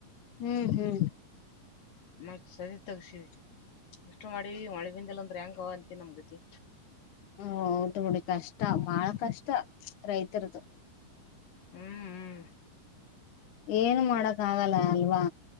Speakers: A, on the left (about 70°); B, on the left (about 85°).
A: ಹ್ಮ್ ಹ್ಮ್
B: ಮತ್ತತ್ ಸದ ತಗಸಿವ ಇಷ್ಟು ಮಾಡಿವಿ ಮಳೆಗಿಂದಲ ಅಂದ್ರಂಗ ಓ ಅಂತ ನಮ್ಗತಿ
A: ಹೌದುಡಿ ಕಷ್ಟ ಮಹಳ ಕಷ್ಟ ರೈತರದು
B: ಹ್ಮ್ ಹ್ಮ್
A: ಏನು ಮಾಡಕ್ ಆಗಲ್ಲ ಅಲ್ವಾ